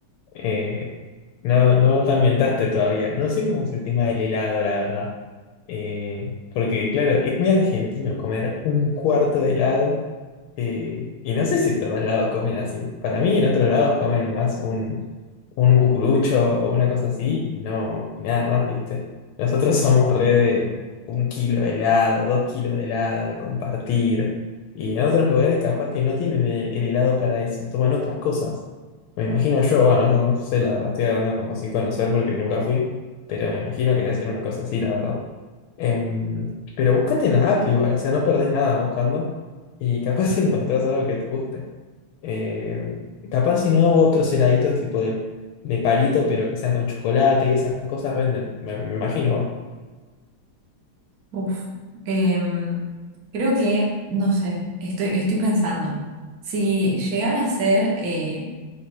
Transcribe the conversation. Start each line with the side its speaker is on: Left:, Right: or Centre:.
Left: eh, no, no te ambientaste todavía. No sé cómo es el tema del helado, la verdad. Eh, porque claro, es muy argentino comer un cuarto de helado Eh, y no sé si en todos lados comen así. Para mí, en otros lados comen más un, un cucurucho o una cosa así y no, y nada más, ¿viste? Nosotros <laughs> somos re de un kilo de helado, dos kilos de helado, de compartir. Y en otros lugares capaz que no tienen el, el helado para eso, toman otras cosas. Me imagino yo, bueno, no sé, la verdad, estoy hablando como sin conocer porque nunca fui, pero me imagino que debe ser una cosa así, la verdad. Em, pero búscate en la app igual, o sea, no perdés nada buscando y capaz <laughs> si encontrás algo que te guste. Em, capaz si no, otros heladitos tipo de, de palito, pero que sean con chocolate y esas cosas venden, me, me imagino. va.
Right: Uf. Eh, creo que, no sé, estoy, estoy pensando. Si llegara a ser eh,